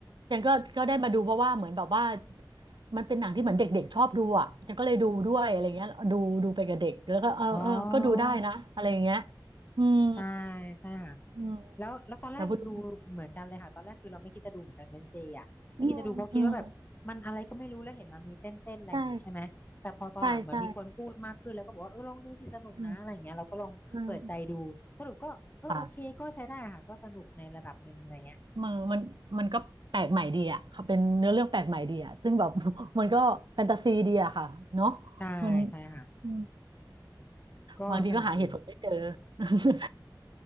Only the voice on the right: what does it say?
จันก็ก็ได้มาดูเพราะว่าเหมือนแบบว่ามันเป็นหนังที่เหมือนเด็กๆชอบดูอ่ะจันก็เลยดูด้วยอะไรเงี้ยดูดูไปกับเด็กแล้วก็เออเออก็ดูได้นะอะไรอย่างเงี้ย
อืม
อืม
แต่พอดู
อืมอืมใช่
ใช่ใช่อืมอืมค่ะ มันมันมันก็แปลกใหม่ดีอ่ะค่ะเป็นเนื้อเรื่องแปลกใหม่ดีอ่ะซึ่งแบบ <laughs> มันก็แฟนตาซีดีอ่ะค่ะเนาะ
มันอืม
บางทีก็หาเหตุผลไม่เจอ
<laughs>